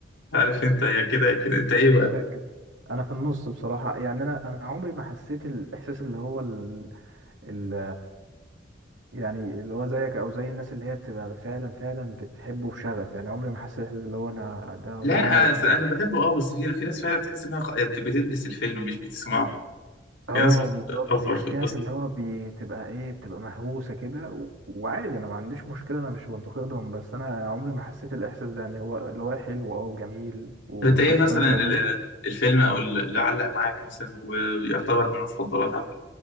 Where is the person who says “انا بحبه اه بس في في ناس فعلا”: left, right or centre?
Left